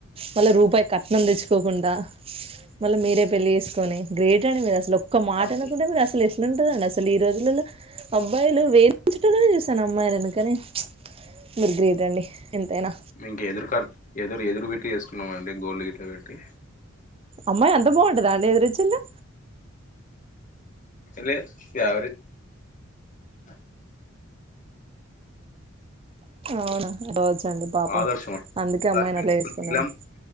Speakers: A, on the right; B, on the left.
A: మళ్ళా రూపాయి కట్నం తెచ్చుకోకుండా మళ్ళీ మీరే పెళ్లి చేసుకొని గ్రేట్ అండి మీరు అసలు ఒక్క మాట
B: అవును.
A: అనకొండ మీరు అసలు ఏ ఉంటారండి అసలు ఈ రోజులలో అబ్బాయిలు వేధించటంలనే చూసాను అమ్మాయిలను కానీ మీరు గ్రేట్ అండి ఎంతైనా
B: మంక ఎదురు కా ఎదురు ఎదురు పెట్టి చేసుకున్నాము అండి గోల్డ్ గిట్ల పెట్టి
A: అమ్మాయి అంత బాగుంటదా అండి ఎదురొచ్చింది
B: లేదు యావరేజ్ <inaudible>
A: అవును రోజ్ అండి పాపం
B: ఆదర్శం అండి.
A: అందుకే
B: ఒకసారి
A: అమ్మాయిని
B: పెళ్లి
A: అట్ల చేసుకున్నారు
B: పిల్లం,